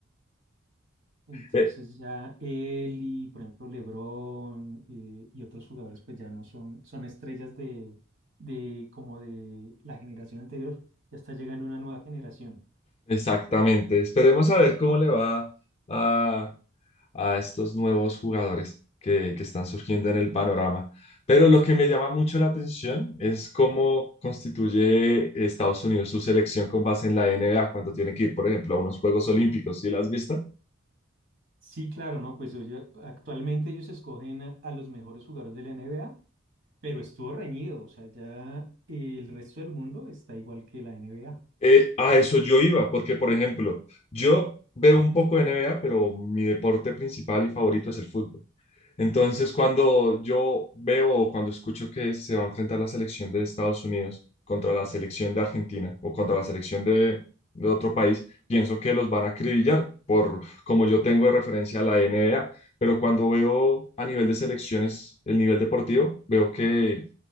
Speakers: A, on the right; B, on the left.
A: Entonces
B: Eh,
A: ya él y, por ejemplo, LeBron eh, y otros jugadores pues ya no son, son estrellas de, de como de la generación anterior, ya está llegando una nueva generación.
B: exactamente. Esperemos a ver cómo le va a, a estos nuevos jugadores que, que están surgiendo en el panorama. Pero lo que me llama mucho la atención es cómo constituye Estados Unidos su selección con base en la NBA cuando tiene que ir, por ejemplo, a unos Juegos Olímpicos, ¿sí las has visto?
A: Sí, claro, ¿no? Pues oye, actualmente ellos escogen a, a los mejores jugadores de la NBA Pero estuvo reñido, o sea, ya el resto del mundo está igual que la NBA.
B: Eh, a eso yo iba, porque, por ejemplo, yo veo un poco de NBA, pero mi deporte principal y favorito es el fútbol. Entonces, cuando yo veo o cuando escucho que se va a enfrentar la selección de Estados Unidos contra la selección de Argentina o contra la selección de, de otro país, pienso que los van a acribillar, por como yo tengo de referencia a la NBA. Pero cuando veo a nivel de selecciones el nivel deportivo, veo que,